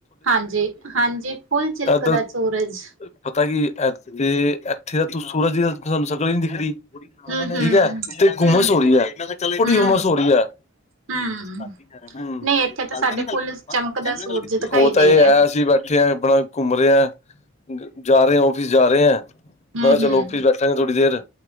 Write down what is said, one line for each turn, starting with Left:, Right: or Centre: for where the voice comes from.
Right: ਹਾਂਜੀ- ਹਾਂਜੀ ਫੁਲ ਚਿਲਕਦਾ
Left: ਇੱਧਰ
Right: ਸੂਰਜ
Left: ਪਤਾ ਕੀ ਐਤਕੀ, ਇੱਥੇ ਤਾਂ ਸੂਰਜ ਤੁਹਾਨੂੰ ਸ਼ਕਲ ਨਈ ਦਿਖਣੀ
Right: ਹੂੰ, ਹੂੰ,
Left: ਠੀਕ ਐ ਇਥੇ
Right: ਹੂੰ,
Left: ਘੁੰਮਸ ਹੋ ਰਹੀ ਐ, ਬੜੀ
Right: ਹੂੰ।
Left: ਹੁੰਮਸ ਹੋ ਰਹੀ ਐ
Right: ਹੂੰ,
Left: ਕੱਲ
Right: ਨਹੀਂ ਇੱਥੇ ਤਾਂ ਸਾਡੇ
Left: ਤੇ ਨੀ ਗੱਲ
Right: ਫੁੱਲ
Left: ਕੀਤੀ
Right: ਚਮਕਦਾ
Left: ਆਪਾ <unintelligible> ਨਾਲ
Right: ਸੂਰਜ
Left: ਗੱਲ ਕੀਤੀ
Right: ਦਿਖਾਈ
Left: ਐ ਉਹ
Right: ਦੇ
Left: ਤਾਂ ਇਹ
Right: ਰਿਹਾ।
Left: ਆ ਅਸੀ ਬੈ ਬੈਠੇ ਆ ਆਪਣਾ ਘੁੰਮ ਰਿਹਾ ਜਾ ਰਿਹਾ, ਜਾ ਰਹੇ ਔਫਿਸ ਜਾ ਰਿਹਾ, ਮੈ
Right: ਹੂੰ,
Left: ਕਿਹਾ ਚਲੋ
Right: ਹੂੰ।
Left: ਔਫਿਸ ਬੈਠੇ ਚੰਗਾ ਥੋੜੀ ਦੇਰ